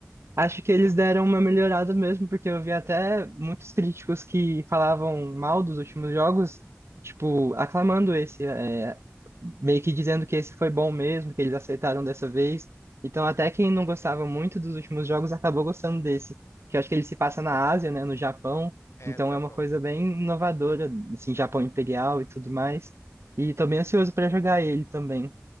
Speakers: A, on the right; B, on the left.
A: Acho que eles deram uma melhorada mesmo, porque eu vi até muitos críticos que falavam mal dos últimos jogos, tipo, aclamando esse, é, meio que dizendo que esse foi bom mesmo, que eles aceitaram dessa vez. Então, até quem não gostava muito dos últimos jogos acabou gostando desse, que eu acho que ele se passa na Ásia, né, no Japão.
B: É,
A: Então,
B: no Japão.
A: é uma coisa bem inovadora, assim, Japão Imperial e tudo mais. E tô bem ansioso para jogar ele também.